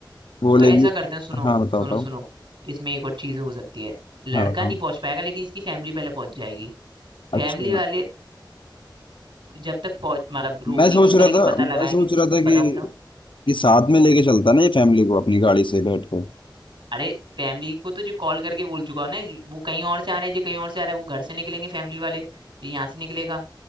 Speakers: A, on the left (about 75°); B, on the right (about 80°).
A: वो लेके
B: तो ऐसा करते हैं सुनो
A: हाँ बताओ
B: सुनो
A: बताओ
B: सुनो इसमें एक और चीज हो सकती है लड़का
A: हाँ बताओ
B: नहीं पहुंच पाएगा लेकिन इसकी फैमिली पहले पहुंच जाएगी फैमिली
A: अच्छा
B: वाले जब तक पहुंच मतलब रोकने
A: मैं सोच
B: की कोशिश
A: रहा
B: करेंगे
A: था
B: पता
A: मैं
B: लगाएंगे
A: सोच रहा था कि
B: बताओ बताओ
A: कि साथ में लेके चलता ना ये फैमिली को अपनी गाड़ी से बैठ कर
B: अरे फैमिली को तो जो कॉल करके बोल चुका हो ना वो कहीं और से आ रहा है जो कहीं और से आ रहा है वो घर से निकलेंगे फैमिली वाले जो यहाँ से निकलेगा